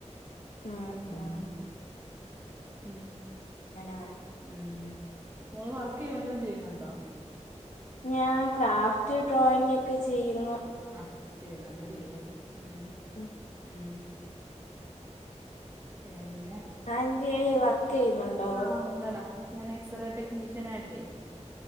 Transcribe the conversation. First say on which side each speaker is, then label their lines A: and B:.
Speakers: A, on the left (about 80°); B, on the right (about 20°).
A: ഉം
B: ഉ
A: ഉം
B: ഉം
A: അങ്ങനെ
B: ഉം മോള് വർക്ക് വല്ലതും ചെയ്യുന്നുണ്ടോ
A: ഞാൻ ക്രാഫ്റ്റ് ഡ്രോയിങ് ഒക്കെ ചെയ്യുന്നു
B: ആഹ് ചെയ്യുന്നുണ്ട്ല്ലയോ ഉം
A: ആ
B: ഉം പിന്നെ
A: ആന്റിയെ വർക്ക് ചെയ്യുന്നുണ്ടോ
B: ആഹ് ഉണ്ടടാ ഞാൻ എക്സ്റേ ടെക്നീഷ്യൻ ആയിട്ടെ